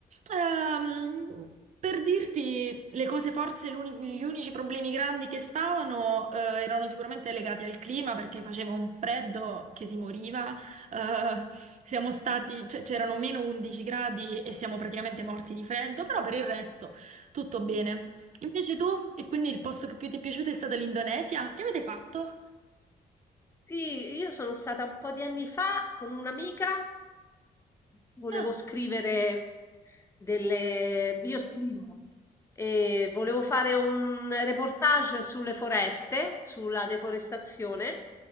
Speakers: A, on the right; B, on the left.
A: Ehm, per dirti le cose, forse l'uni- gli unici problemi grandi che stavano eh, erano sicuramente legati al clima perché faceva un freddo che si moriva. eh, siamo stati, c- c'erano meno 11 gradi e siamo praticamente morti di freddo, però per il resto tutto bene. Invece tu, e quindi il posto che più ti è piaciuto è stata l'Indonesia? Che avete fatto?
B: Sì, io sono stata un po' di anni fa con un'amica, volevo
A: Ah,
B: scrivere delle... Io scrivo. E volevo fare un reportage sulle foreste, sulla deforestazione